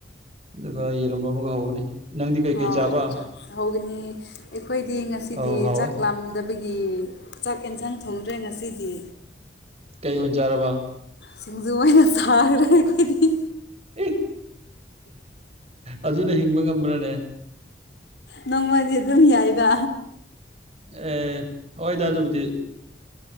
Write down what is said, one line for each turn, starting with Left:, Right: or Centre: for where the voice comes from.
Right: ꯑꯗꯨꯒ ꯌꯦꯔꯨꯝ ꯑꯃꯒ ꯍꯧꯕꯅꯤ ꯅꯪꯗꯤ ꯀꯩꯀꯩ
Left: ꯑꯣ
Right: ꯆꯥꯕ?
Left: ꯍꯧꯒꯅꯤ ꯑꯩꯈꯣꯏꯗꯤ ꯉꯁꯤꯗꯤ
Right: ꯑꯧ ꯍꯥꯎꯋꯦ
Left: ꯆꯥꯛ ꯂꯥꯝꯗꯕꯒꯤ ꯒꯤ ꯆꯥꯛ ꯏꯟꯁꯥꯡ ꯊꯣꯡꯗ꯭ꯔꯦ ꯉꯁꯤꯗꯤ
Right: ꯀꯩ ꯑꯣꯏꯅ ꯆꯥꯔꯕ?
Left: ꯁꯤꯡꯖꯨ ꯑꯣꯏꯅ ꯆꯥꯔꯦ ꯑꯩꯈꯣꯏꯗꯤ
Right: ꯑꯦ ꯑꯗꯨꯅ ꯍꯤꯡꯕ ꯉꯝꯕ꯭ꯔꯅꯦ?
Left: ꯅꯣꯡꯃꯗꯤ ꯑꯗꯨꯝ ꯌꯥꯏꯗ
Right: ꯑꯦ ꯍꯣꯏꯗ ꯑꯗꯨꯕꯨꯗꯤ